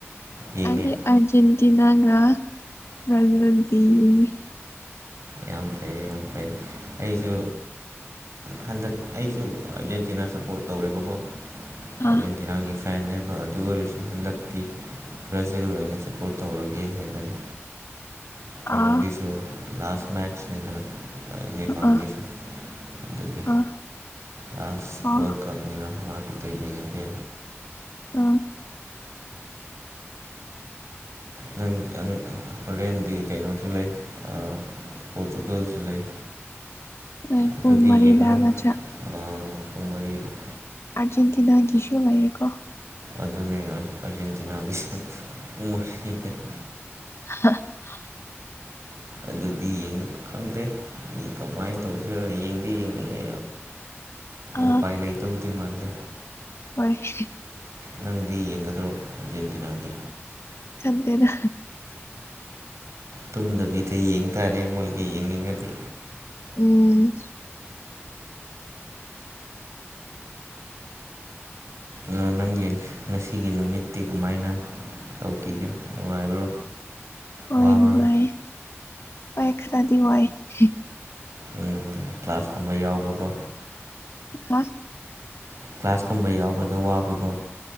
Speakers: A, on the right; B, on the left.
A: ꯌꯦꯡꯉꯦ
B: ꯑꯩꯗꯤ ꯑꯔꯖꯦꯟꯇꯤꯅꯥꯒ ꯕ꯭ꯔꯖꯤꯜꯒꯗꯤ ꯌꯦꯡꯉꯤ
A: ꯌꯥꯝ ꯐꯩ ꯌꯥꯝ ꯐꯩ ꯑꯩꯁꯨ ꯍꯟꯗꯛ ꯑꯩꯁꯨ ꯑꯥꯔꯖꯦꯟꯇꯤꯅꯥ ꯁꯞꯄꯣꯔꯠ ꯇꯧꯋꯦꯕꯀꯣ ꯑꯦꯟꯖꯦꯟꯇꯤꯅꯒꯤ
B: ꯑꯥ
A: ꯐꯦꯟꯅꯦꯕ ꯑꯗꯨ ꯑꯣꯏꯔꯁꯨ ꯍꯟꯗꯛꯇꯤ ꯕ꯭ꯔꯥꯖꯤꯜ ꯑꯣꯏꯅ ꯁꯞꯄꯣꯔꯠ ꯇꯧꯔꯒꯦ ꯍꯥꯏꯗꯅ ꯀꯩꯅꯣꯒꯤꯁꯨ
B: ꯑꯥ
A: ꯂꯥꯁ ꯃꯦꯆ ꯂꯩꯗꯅ ꯅꯦꯃꯕꯒꯤꯁꯨ
B: ꯑꯥ
A: ꯑꯗꯨꯒꯤ
B: ꯑꯥ
A: ꯂꯥꯁ
B: ꯑꯥ
A: ꯋꯥꯔꯜ ꯀꯞꯅꯤꯅ ꯃꯥ ꯈꯤꯇ ꯌꯦꯡꯉꯒꯦ
B: ꯑ
A: ꯅꯪ ꯅꯪ ꯍꯣꯔꯦꯟꯗꯤ ꯀꯩꯅꯣꯁꯨ ꯂꯩ ꯑ ꯄꯣꯔꯆꯨꯒꯜꯁꯨ ꯂꯩ
B: ꯍꯣꯏ
A: ꯑꯗꯨꯗꯤ
B: ꯄꯨꯡ ꯃꯔꯤꯗ
A: ꯌꯦꯡꯉꯔꯣꯏ
B: ꯅꯠꯇ꯭ꯔꯥ
A: ꯑ ꯄꯨꯡ ꯋꯥꯔꯤꯗꯩ
B: ꯑꯔꯖꯦꯟꯇꯤꯅꯒꯤꯁꯨ ꯂꯩꯌꯦꯀꯣ
A: ꯑꯗꯨꯅꯦ ꯑꯔꯖꯦꯟꯇꯤꯅꯥꯒꯤ <unintelligible>
B: <unintelligible>
A: ꯑꯗꯨꯗꯤ ꯌꯦꯡꯕ ꯈꯪꯗꯦ ꯃꯤ ꯀꯃꯥꯏꯅ ꯇꯧꯗꯣꯏꯔ ꯌꯦꯡꯗꯤ ꯌꯦꯡꯅꯤꯡꯉꯦ
B: ꯑꯥ
A: ꯎꯄꯥꯏ ꯂꯩ ꯗꯧꯗꯤ ꯃꯗꯦ
B: ꯍꯣꯏ
A: ꯅꯪꯗꯤ ꯌꯦꯡꯒꯗ꯭ꯔꯣ ꯑꯔꯖꯦꯟꯇꯤꯅꯥꯒꯤ
B: ꯆꯪꯗꯦꯗꯥ
A: ꯇꯨꯝꯗꯕꯤꯗ ꯌꯦꯡ ꯇꯥꯔꯦ ꯃꯣꯏꯒꯤ ꯌꯦꯡꯅꯤꯡꯉꯗꯤ
B: ꯎꯝ
A: ꯑꯥ ꯅꯪꯒꯤ ꯉꯁꯤꯒꯤ ꯅꯨꯃꯤꯠꯇꯤ ꯀꯃꯥꯏꯅ ꯇꯧꯈꯤꯒꯦ ꯅꯨꯡꯉꯥꯏꯕ꯭ꯔꯣ
B: ꯑꯣꯏ
A: ꯋꯥꯕ꯭ꯔꯣ
B: ꯅꯨꯡꯉꯥꯏ ꯑꯩ ꯈꯔꯗꯤ ꯋꯥꯏ <unintelligible>
A: ꯎꯝ ꯀ꯭ꯂꯥꯁ ꯀꯨꯝꯕ ꯌꯥꯎꯕꯒꯣ
B: ꯍꯥ
A: ꯀ꯭ꯂꯥꯁꯀꯨꯝꯕ ꯌꯥꯎꯕꯗ ꯋꯥꯕꯀꯣ